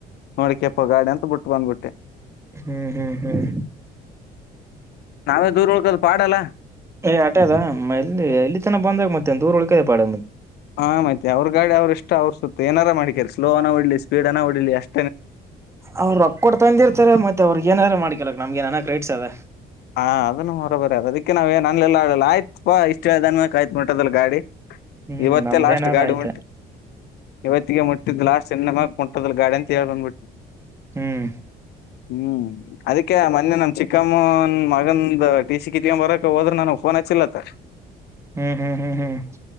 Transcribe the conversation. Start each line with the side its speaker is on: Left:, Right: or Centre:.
Left: ನೋಡಿಕ್ಕೆ ಪಗಾಡಾ ಅಂತ ಬುಟ್ ಬಂದ್ಬಿಟ್ಟೆ
Right: ಹ್ಮ್ ಹ್ಮ್ ಹ್ಮ್
Left: ನಾವೇ ದೂರ ಹೋಗದ್ ಪಾಡಲ್ಲ
Right: ಏ ಎಲ್ಲಿ ತನ ಬಂದಾಗ ಮತ್ತೆ ದೂರ್ ಉಳಳ್ಕ ಪಾಡ
Left: ಹಾ ಮತ್ತೆ ಅವ್ರ್ ಗಾಡಿ ಅವ್ರ್ ಇಷ್ಟ ಅವ್ರ್ ಸುತ್ಲಿ ಏನಾರ ಮಾಡಕರಿ ಸ್ಲೋ ಅನ ಓಡ್ಲಿ ಸ್ಪೀಡ್ ಅನ ಹೊಡಿಲಿ ಅಷ್
Right: ಅವ್ರ್ ರೊಕ್ ಕೊಡ್ ತಂದಿರ್ತಾರೆ ಮತ್ತೆ ಅವ್ರಿಗ್ ಏನಾರ ಮಾಡ್ ಕೆಲಕ್ ನಮ್ಗೇನ್ ಅಣ ಕ್ರೇಟ್ಸ್ ಅದ
Left: ಹಾ ಅದನ್ನು ಬರೋಬರಿ ಅದ ಅದಕ್ಕೆ ನಾವ್ ಏನ್ ಅಲ್ಲೆಲ್ಲ ಇಷ್ಟ ಹೇಳ ಕಾಯ್ದ್ ಬಿಟ್ಟದಲ್ಲ ಗಾಡಿ
Right: ಹ್ಮ್
Left: ಇವತ್ತೇ
Right: ನಮ್ದೇನಾರ
Left: ಲಾಸ್ಟ್ ಗಾಡಿಮೆಂಟ್
Right: ಆಯ್ತಾ
Left: ಇವತ್ತಿಗೆ ಮುಟ್ಟಿದ್ ಮುಟ್ಟದಿಲ್ಲ ಗಾಡಿ ಅಂತ ಹೇಳ್ ಬಂದ್ಬಿಟ್
Right: ಹ್ಮ್
Left: ಹ್ಮ್ ಅದಕ್ಕೆ ಮೊನ್ನೆ ನಮ್ ಚಿಕ್ಕಮ್ಮ ಮಗಂದ ಟಿ ಸಿ ಕಿತ್ಕೊ ಬರಕ್ ಹೋದ್ರೆ ನನಗ್ ಫೋನ್ ಹಚ್ಚಿಲ್ಲತ್ತ
Right: ಹ್ಮ್ ಹ್ಮ್ ಹ್ಮ್ ಹ್ಮ್